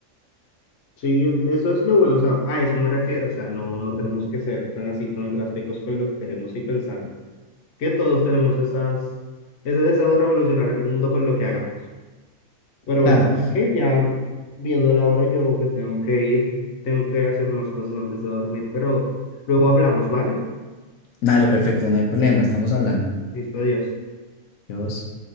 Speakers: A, on the left; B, on the left.
A: Sí, en- eso es lo bueno, o sea, a eso me refiero, o sea, no, no tenemos que ser tan así tan drásticos con lo que queremos y pensar que todos tenemos esas, ese deseo de revolucionar el mundo con lo que hagamos. Pero bueno,
B: Claro,
A: ¿sabes qué? Ya viendo la hora, yo me tengo que ir, tengo que hacer unas cosas antes de dormir, pero luego hablamos, ¿vale?
B: dale, perfecto, no hay problema, estamos hablando.
A: Listo, adiós.
B: Dios.